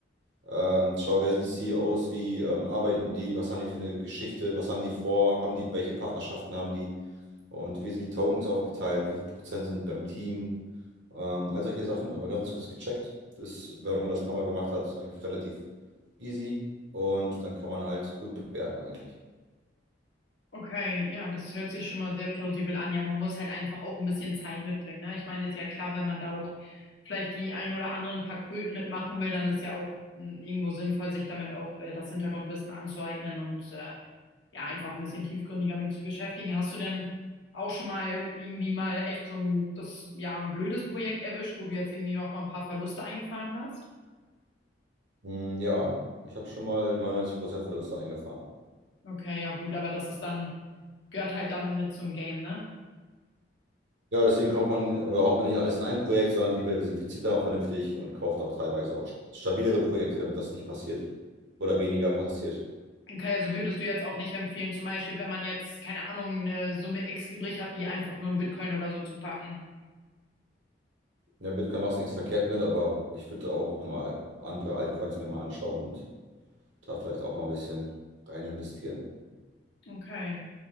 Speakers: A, on the right; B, on the left.
A: ähm, schaue, wer sind die CEOs, wie ähm, arbeiten die, was haben die für eine Geschichte, was haben die vor, haben die, welche Partnerschaften haben die und wie sind die Tokens aufgeteilt, wie viel Prozent sind beim Team, ähm, all solche Sachen, aber ganz kurz gecheckt. Ist, wenn man das ein paar Mal gemacht hat, eigentlich relativ easy und dann kann man halt gut bewerten eigentlich.
B: Okay, ja, das hört sich schon mal sehr plausibel an. Ja, man muss halt einfach auch ein bisschen Zeit mitbringen, ne? Ich meine, ist ja klar, wenn man da auch vielleicht die ein oder anderen paar Kröten mitmachen will, dann ist ja auch mh, irgendwo sinnvoll, sich damit auch äh, das Hintergrundwissen anzueignen und äh, ja, einfach ein bisschen tiefgründiger mit zu beschäftigen. Hast du denn auch schon mal irgendwie mal echt so ein, das, ja, ein blödes Projekt erwischt, wo du jetzt irgendwie auch mal ein paar Verluste eingefahren hast?
A: Hm, ja, ich habe schon mal 99% Verluste eingefahren.
B: Okay, ja gut, aber das ist dann, gehört halt dann mit zum Game, ne?
A: Ja, deswegen kauft man oder haut man nicht alles in ein Projekt, sondern diversifiziert dann auch vernünftig und kauft auch teilweise auch stabilere Projekte, damit das nicht passiert oder weniger passiert.
B: Okay, also würdest du jetzt auch nicht empfehlen, zum Beispiel, wenn man jetzt, keine Ahnung, eine Summe X übrig hat, die einfach nur in Bitcoin oder so zu packen.
A: Ja, Bitcoin machst nichts verkehrt mit, aber ich würde auch nochmal andere Altcoins mir mal anschauen und da vielleicht auch mal ein bisschen rein investieren.
B: Okay,